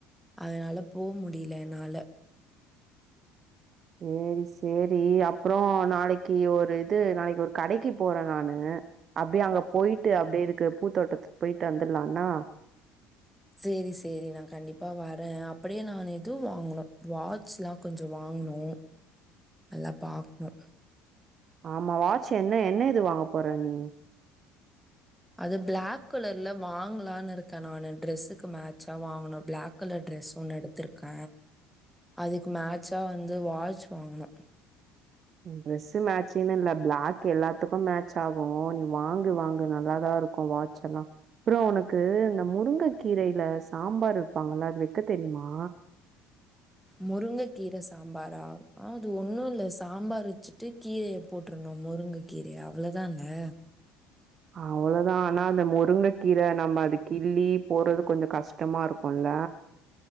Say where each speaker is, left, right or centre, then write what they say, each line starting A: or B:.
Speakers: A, in the centre; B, on the right.
A: அதனால போ முடியல என்னால
B: செரி செரி அப்றோ நாளைக்கு ஒரு இது நாளைக்கு ஒரு கடைக்கு போறே நானு அப்டியே அங்க போயிட்டு அப்டியே இதுக்கு பூத்தோட்டத்துக்கு போயிட்டு வந்துடலானா
A: செரி செரி நா கண்டிப்பா வரே அப்டியே நானு இதுவு வாங்கனு வாட்ச்லா கொஞ்ச வாங்கணு நல்லா பாக்ணு
B: ஆமா வாட்ச் என்ன என்ன இது வாங்க போற நீ
A: அது பிளாக் கலர்ல வாங்கலானு இருக்க நானு டிரெஸ்ஸுக்கு மேச்சா வாங்கனு பிளாக் கலர் ட்ரெஸ் ஒன்னு எடுத்திருக்க அதுக்கு மேட்சா வந்து வாட்ச் வாங்கனு
B: டிரெஸ் மேச்சிங்னல்ல ப்ளாக் எல்லாத் த்துக்கு மேட்ச் ஆகு நீ வாங்கு வாங்கு நல்லாதா இருக்கு வாட்ச் எல்லா அப்றோ உனக்கு இந்த முருங்க கீரையில சாம்பார் வப்பாங்கள அது வைக்க தெரியுமா
A: முருங்க கீர சாம்பாரா ஆ அது ஒன்னு இல்ல சாம்பார் வச்சுட்டு கீரய போட்ருணு முருங்க கீரய அவ்ளோ தான்ல
B: அவ்ளோதா ஆனா அந்த முருங்க கீர நம்ம அத கிள்ளி போறது கொஞ்ச கஷ் ஷ்டமா இருக்குல்ல